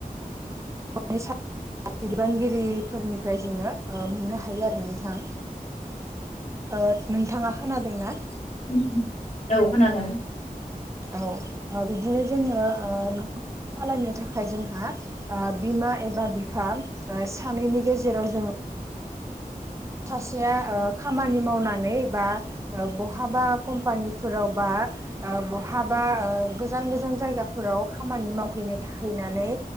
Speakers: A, on the right (about 20°); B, on the left (about 45°).
A: <unintelligible> सा बिबानगिरिफोरनिफ्राय जोङो ओ मोननो हायो आरो नोंथां ओ नोंथाङा खोनादों ना?
B: <unintelligible> औ खोनादों
A: <unintelligible> ओ बिदिनो जोङो ओ सालायनो थाखाय जोंहा बिमा एबा बिफा सानैनि गेजेराव जोङो थासेया ओ खामानि मावनानै बा ओ बहाबा कम्पानिफोराव बा आ बहाबा ओ गोजान गोजान जायगाफोराव खामानि मावहैनो थाहैनानै